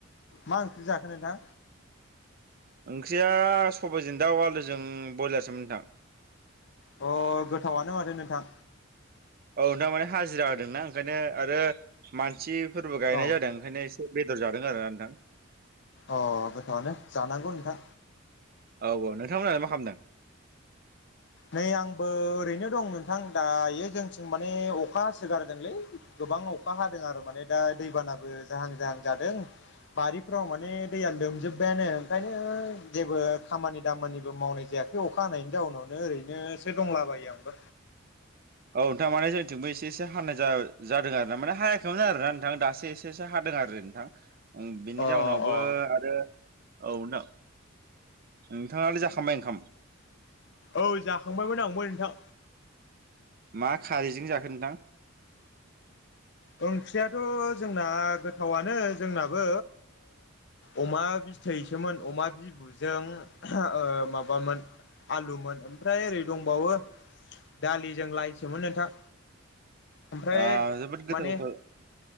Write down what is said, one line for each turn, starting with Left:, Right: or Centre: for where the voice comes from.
Left: मा ओंख्रि जाखोन नोंथां?
Right: ओंख्रिया सबाइजों दाउ आलुजों ब्रयलारसोमोन नोंथां।
Left: अ गोथावानो माथो नोंथां।
Right: औ नोंथां माने हाजिरा होदोंनाा ओंखायनो आरो मानसिफोरबो गायनाय
Left: औ
Right: जादों ओंखायनो एसे। बेदर जादों आरो ना नोंथां।
Left: अ गोथावनो जानांगौ नोंथां।
Right: औ औ नोंथांमोनानो मा खालामदों?
Left: नै आंबो ओरैनो दं नोंथां दायो जोंथिं माने अखा हासोगारदोंलै। गोबां अखा हादों आरो माने दा दैबानाबो जाहां जाहां जादों। बारिफ्राव माने दैया लोमजोब्बायानो ओंखायनो जेबो खामानि दामानिबो मावनाय जायाखै। बे अखा हानायनि जाउनावनो ओरैनोसो दंलाबायो आंबो।
Right: औ नोंथां माने जोंथिंबो एसे एसे हानाय जादों आरो ना माने हायाखैमोन आर ना नोंथां दासो एसे एसे हादों आरो। थां बिनि
Left: अ
Right: जाउनावबो
Left: अ
Right: आरो औ नोंथां नोंथाङालाय जाखांबाय ओंखाम?
Left: औ जाखांबायमोन आंबो नोंथां।
Right: मा खारैजों जाखो नोंथां?
Left: ओंख्रियाथ' जोंना गोथावनो जोंनाबो अमा बिथैसोमोन अमा बिबुजों माबामोन आलुमोन ओमफ्राय ओरै दंबावो। दालिजों लायसोमोन नोंथां। ओमफ्राय
Right: ओ जोबोद गोथाव
Left: माने
Right: गोथाव